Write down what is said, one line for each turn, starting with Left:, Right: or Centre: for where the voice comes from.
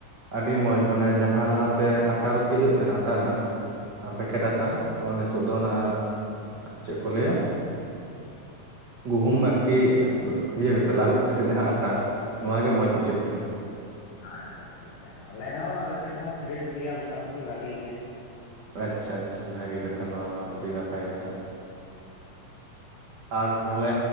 Right: ᱟᱹᱰᱤ ᱢᱚᱸᱡᱽ ᱢᱟᱱᱮ ᱡᱟᱦᱟᱸ ᱞᱟᱦᱟᱛᱮ ᱟᱴᱟ ᱨᱩᱴᱤ ᱦᱩᱭᱩᱜ ᱛᱟᱦᱮᱱᱟ ᱟᱴᱟ ᱨᱮᱱᱟᱜ, ᱯᱮᱠᱮᱴ ᱟᱴᱟ ᱠᱚ ᱚᱱᱮ ᱱᱤᱛᱳᱜ ᱫᱚ ᱚᱱᱟ ᱪᱮᱫ ᱠᱚ ᱞᱟᱹᱭᱟ ᱜᱩᱦᱩᱢ ᱟᱨᱠᱤ, ᱤᱭᱟᱹ ᱠᱟᱛᱮ ᱞᱟᱹᱦᱩᱫ ᱠᱟᱛᱮ ᱡᱟᱦᱟᱸ ᱟᱴᱟ ᱱᱚᱣᱟ ᱜᱮ ᱢᱚᱡᱽ ᱵᱩᱡᱷᱟᱹᱜ ᱠᱟᱱᱟ,
Left: ᱟᱪᱪᱷᱟ ᱟᱪᱪᱷᱟ ᱪᱷᱟ ᱟᱞᱮ ᱦᱚᱸ ᱟᱞᱮ ᱥᱮᱫ ᱦᱚᱸ ᱯᱷᱨᱮᱥ ᱜᱮᱭᱟ ᱢᱚᱴᱟᱢᱩᱴᱤ ᱵᱷᱟᱜᱤ ᱜᱮᱭᱟ
Right: ᱟᱪᱪᱷᱟ ᱟᱪᱪᱷᱟ ᱵᱷᱟᱜᱮ ᱠᱟᱛᱷᱟ ᱱᱚᱣᱟ ᱢᱟ ᱟᱹᱰᱤ ᱱᱟᱯᱟᱭ ᱠᱟᱛᱷᱟ ᱟᱨ ᱛᱟᱦᱞᱮ